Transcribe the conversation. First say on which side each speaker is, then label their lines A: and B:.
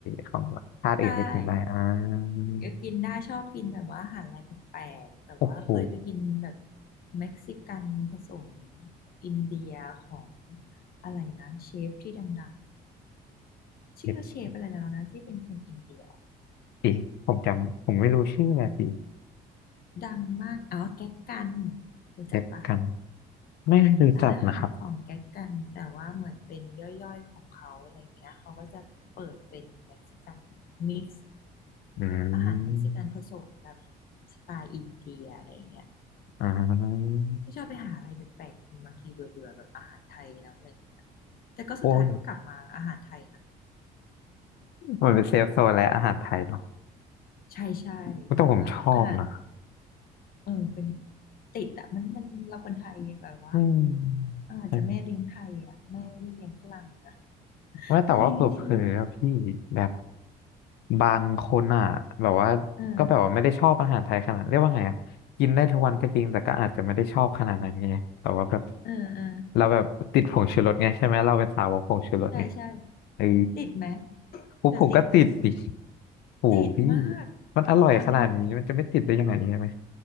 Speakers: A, on the left; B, on the left.
A: ของชาติอื่นก็กินได้อ่า
B: ใช่ กินได้ชอบกินแบบว่าอาหารอะไรแปลกๆแบบว่าเคยไปกินแบบ
A: โอ้โห
B: เม็กซิกันผสมอินเดียของอะไรนะเชฟที่ดังๆชื่อเชฟอะไรแล้วนะที่เป็นคนอินเดีย
A: เด็ดสิผมจำผมไม่รู้ชื่ออะสิ
B: ดังมากอ๋อแก๊กกันรู้จักปะ
A: เด็ดกันไม่รู้จักนะครับ
B: ร้านอาหารของแก๊กกันแต่ว่าเหมือนเป็นย่อยๆของเขาอะไรอย่างเงี้ยเขาก็จะเปิดเป็นเม็กซิกันมิกซ์
A: อืม
B: อาหารเม็กซิกันผสมแบบสไตล์อินเดียอะไรอย่างเงี้ย
A: อ่า
B: ที่ชอบไปหาอะไรแปลกๆกินบางทีเบื่อๆแบบอาหารไทยแล้วอะไรอย่างเงี้ยแต่ก็สุดท้ายก็กลับมาอาหารไทยนะ
A: โอ้ยมันเป็นเซฟโซนและอาหารไทยเนาะ
B: ใช่ใช่แบบว่าขนาด
A: แต่ผมชอบนะ
B: เออเป็นติดอะมันมันเราคนไทยแบบว่ามัน
A: อื
B: เอออาจจะแม่เลี้ยงไทยอะแม่ไม่ได้เลี้ยงฝรั่งนะ
A: ม ว่าแต่ว่าเผลอๆอะพี่แบบ
B: แม่ไม่ได้เลี้ยง
A: บางคนอ่ะแบบว่าก็แบบว่าไม่ได้ชอบอาหารไทยขนาดเรียกว่าไงอ่ะกินได้ทุกวันก็จริงแต่ก็อาจจะไม่ได้ชอบขนาดนั้นไงแต่ว่าแบบ
B: เออเออเออ
A: เราแบบติดผงชูรสไงใช่ไหมเราเป็นสาวกผงชูรสไง
B: ใช่ใช่
A: เออ
B: ติดไหม
A: ผมผมก็ติดสิ
B: เธอติดไหม
A: โอ้โหพี่
B: ติดมาก
A: มันอร่อยขนาดนี้มันจะไม่ติดได้ยังไงใช่ไหม
B: มันเป็น